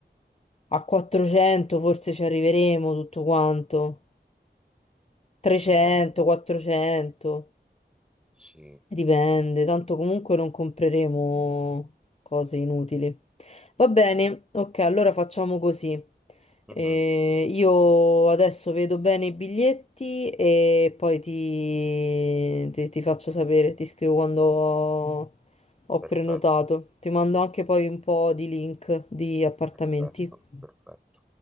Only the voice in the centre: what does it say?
Sì, penso,
sì,
Mhm,
Perfetto,
perfetto, perfetto.